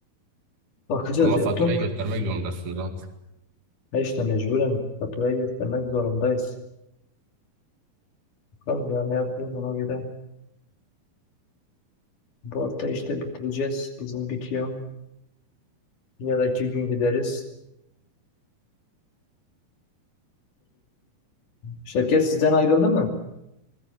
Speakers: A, on the left; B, on the right.
A: Bakacağız
B: Ama
A: ya
B: faturayı
A: top.
B: göstermek zorundasın lan.
A: E işte mecburen faturayı göstermek zorundayız. Bakalım ya ne yapıyoruz ona göre. Bu hafta işte bitireceğiz. Bizim bitiyor. Ya da iki gün gideriz. Şirket sizden ayrıldı mı?